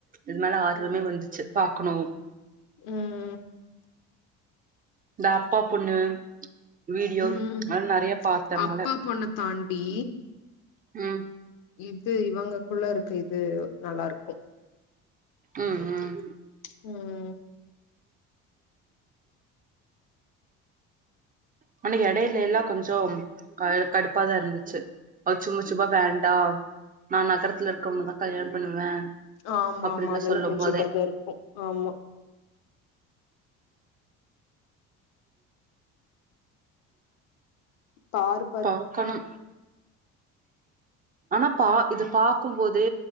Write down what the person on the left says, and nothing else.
ம்
ம்
ம்
அப்பா பொண்ண தாண்டி
இது இவங்கக்குள்ள இருக்கு இது நல்லா இரு
ம்
ஆமா
ஆமா அதெல்லா
கொஞ்சோ
இதாதா இருக்கு ஆமா டார்